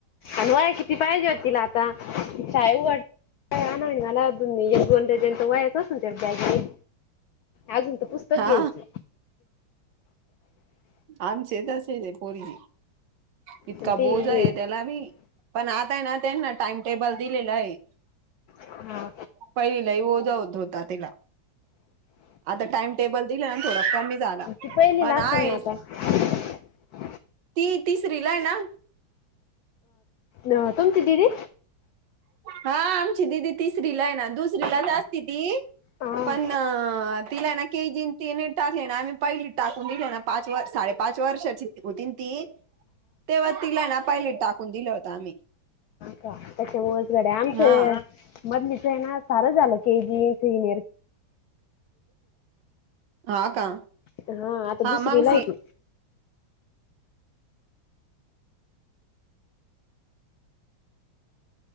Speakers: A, on the left; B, on the right.
A: आलवाय किती पायजत? य उडे मला गोनड जंत व त्या बॅग अजून तर पुस्तक
B: हा
A: घ्यायचे.
B: आमचे तसेच ये पोरगी. इतका
A: आणि ते
B: बोज
A: वे-
B: आहे त्याला बी, पण आताय ना त्यांना टाइम टेबल दिलेलं हये.
A: हा
B: पहिलई ओजा होत होता तिला.. आता टाइम टेबल दिला ना थोडा कमी झाला
A: ती पहिली
B: पण
A: ला असल
B: आहेच
A: ना आता? <inaudible>
B: ती तिसरीलाय ना?
A: अह तुमची दिदी
B: हा आमची दिदी तिसरी ला आहे ना दुसरीलाच आसती ती.
A: हा
B: पण तिला हाय ना के जी न ती ना टाकले ना आम्ही पहिली टाकून दिल ना पाच व साडे पाच वर्षाची होतीन ती. तेव्हा तिला ना पहिलित टाकून दिल होतं आम्ही.
A: का त्याच्यामुळेच गड्या आमचं
B: हा
A: मधलीच आहे ना सार झालं के जी सीनियर
B: हा का?
A: हा आता
B: हा
A: दुसरीला
B: मांगसी
A: हुती.